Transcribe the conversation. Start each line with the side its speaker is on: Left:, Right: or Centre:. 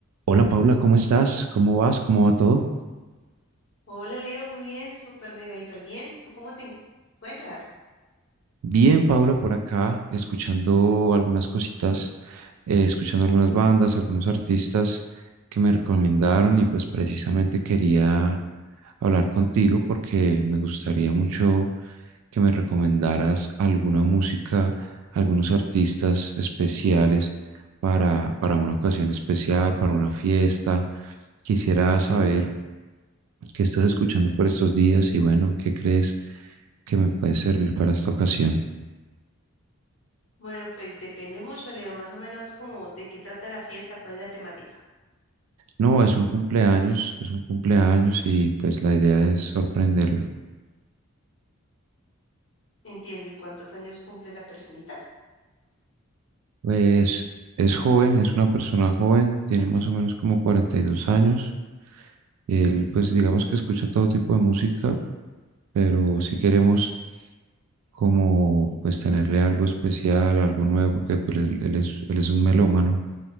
Right: Hola Paula, ¿cómo estás? ¿Cómo vas? ¿Cómo va todo?
Left: Hola Leo, muy bien, súper mega hiper bien. ¿Tú cómo te encu- encuentras?
Right: Bien, Paula, por acá, escuchando algunas cositas, eh, escuchando algunas bandas, algunos artistas que me recomendaron y pues precisamente quería hablar contigo porque me gustaría mucho que me recomendaras alguna música, algunos artistas especiales para, para una ocasión especial, para una fiesta. Quisiera saber ¿Qué estás escuchando por estos días? Y bueno, ¿qué crees que me puede servir para esta ocasión?
Left: Bueno, pues depende mucho, Leo, más o menos como de qué trata la fiesta, cuál es la temática.
Right: No, es un cumpleaños, es un cumpleaños y pues la idea es sorprenderlo.
Left: Entiendo, ¿y cuántos años cumple la personita?
Right: Pues es joven, es una persona joven, tiene más o menos como 42 años. Él pues digamos que escucha todo tipo de música, pero si queremos como pues tenerle algo especial, algo nuevo, porque pues él, él es, él es un melómano.